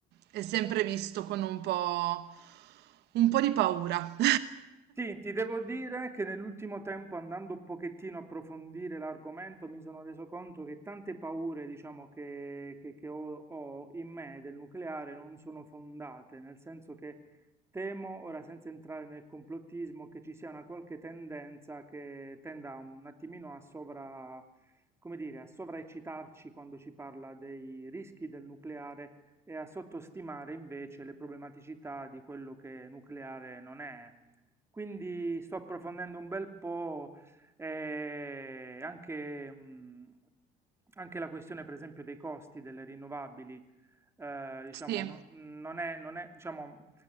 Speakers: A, on the right; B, on the right.
A: è sempre visto con un po', un po' di paura. <laughs>
B: Sì, ti devo dire che nell'ultimo tempo, andando un pochettino a approfondire l'argomento, mi sono reso conto che tante paure, diciamo, che, che- che ho, ho in me del nucleare non sono fondate, nel senso che temo, ora senza entrare nel complottismo, che ci sia una qualche tendenza che tenda un attimino a sovra, come dire, a sovraeccitarci quando ci parla dei rischi del nucleare e a sottostimare invece le problematicità di quello che nucleare non è. Quindi sto approfondendo un bel po' eh, anche, mh, anche la questione, per esempio, dei costi delle rinnovabili. Eh, diciamo,
A: Sì,
B: no- non è, non è- diciamo,